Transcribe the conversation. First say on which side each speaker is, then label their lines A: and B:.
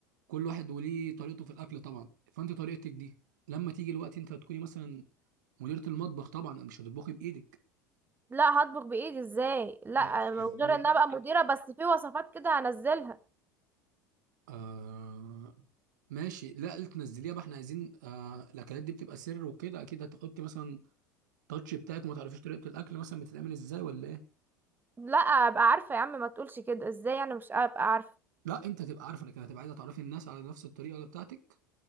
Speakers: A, on the right (about 70°); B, on the right (about 20°).
A: كل واحد وليه طريقته في الاكل طبعا فانت طريقتك دي لما تيجي الوقت انت هتكوني مثلا مديرة المطبخ طبعا مش هتطبخي بايدك
B: لا هطبخ بايدي ازاي لا
A: لا ازاي
B: غير
A: دي؟
B: ان ابقى مديرة بس في وصفات كده هنزلها
A: آه ماشي لا اللي تنزليها بقى احنا عايزين آه الاكلات دي بتبقى سر وكده اكيد هتحطي مثلا تاتش بتاعك وما تعرفيش طريقة الاكل مثلا بتتعمل ازاي ولا ايه
B: لا ابقى عارفة يا عم ما تقولش كده ازاي يعني مش ابقى عارفة
A: لا انت هتبقى عارفه لكن هتبقى عايزه تعرفي الناس على نفس الطريقه اللي بتاعتك